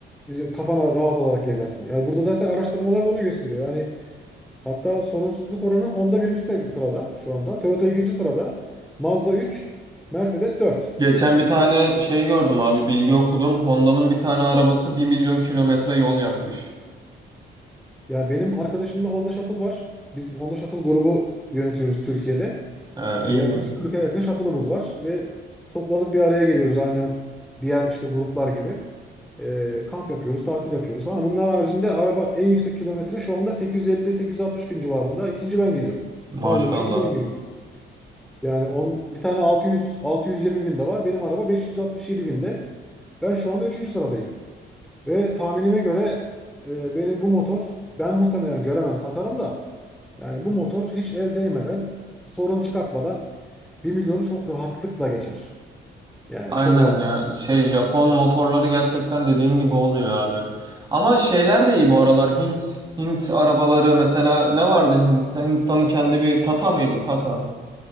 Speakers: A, in the centre; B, on the right.
A: e, kafana rahat olarak gezersin. Yani burada zaten araştırmalar da onu gösteriyor. Yani hatta sorunsuzluk oranı Honda birinci sev- sırada şu anda. Toyota ikinci sırada. Mazda 3, Mercedes 4.
B: Geçen bir tane şey gördüm abi bilgi okudum. Honda'nın bir tane arabası bir milyon kilometre yol yapmış.
A: Yani benim arkadaşımda Honda Shuttle var. Biz Honda Shuttle grubu yönetiyoruz Türkiye'de.
B: Ha,
A: E,
B: iyi
A: yaklaşık 40'a yakın shuttle'ımız var ve toplanıp bir araya geliyoruz aynı diğer işte gruplar gibi. E, kamp yapıyoruz, tatil yapıyoruz falan. Bunlar haricinde araba en yüksek kilometre şu anda 850-860 bin civarında. İkinci ben geliyorum.
B: maşallah.
A: Pardon, üçüncü ben geliyorum. Yani on, bir tane 600 620 bin de var. Benim araba 567 binde. Ben şu anda üçüncü sıradayım. Ve tahminime göre e, beni bu motor ben muhtemelen göremem satarım da yani bu motor hiç el değmeden sorun çıkartmadan bir milyonu çok rahatlıkla geçer. Yani
B: Aynen
A: çok rahat
B: ya
A: geçer.
B: şey Japon motorları gerçekten dediğin gibi oluyor abi. Ama şeyler de iyi bu aralar Hint Hint arabaları mesela ne vardı Hindistan? Hindistan'ın kendi bir Tata mıydı? Tata.